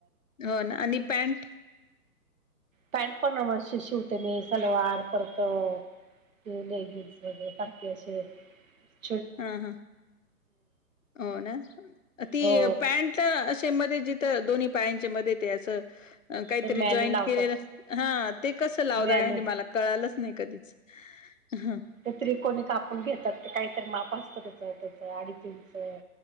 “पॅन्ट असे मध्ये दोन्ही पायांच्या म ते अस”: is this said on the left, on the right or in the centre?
Left